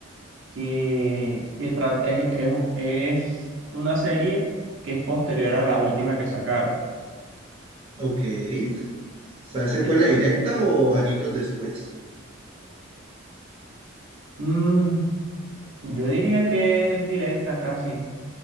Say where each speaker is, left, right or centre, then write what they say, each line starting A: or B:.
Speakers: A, on the right (about 65°); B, on the right (about 25°).
A: que, que tra- es, es- es una serie que es posterior a la última que sacaron.
B: Ok. O sea, ¿secuela
A: Entonces,
B: directa o añitos después?
A: mm, yo diría que es directa casi,